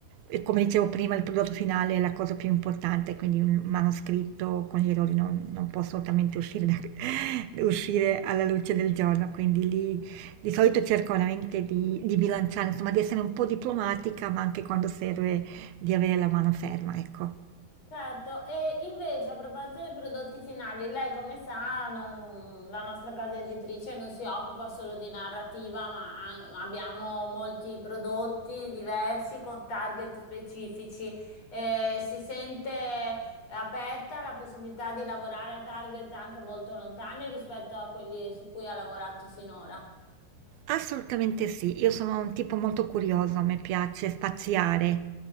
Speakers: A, on the right (about 75°); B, on the left (about 40°).
A: e come dicevo prima, il prodotto finale è la cosa più importante, quindi un manoscritto con gli errori non, non può assolutamente uscire, da- <laughs> uscire alla luce del giorno, quindi lì di solito cerco veramente di, di bilanciare, insomma, di essere un po' diplomatica, ma anche quando serve di avere la mano ferma, ecco.
B: Certo, e invece a proposito dei prodotti finali, lei come sa, non- la nostra casa editrice non si occupa solo di narrativa, ma an- abbiamo molti prodotti diversi con target specifici. Eh, si sente aperta la possibilità di lavorare a target anche molto lontani rispetto a quelli su cui ha lavorato finora.
A: Assolutamente sì, io sono un tipo molto curioso, a me piace spaziare.